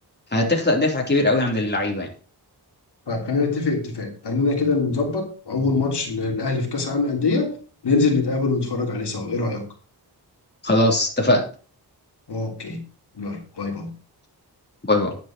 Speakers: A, on the left (about 25°); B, on the left (about 75°).
A: هتخلق دافع كبير قوي عند اللعيبه يعني.
B: طيب خلينا نتفق اتفاق خلينا كده نظبط اول ماتش للاهلي في كاس العالم للانديه ننزل نتقابل ونتفرج عليه سوا ايه رايك
A: خلاص اتفقنا
B: اوكي يلا باي باي
A: باي باي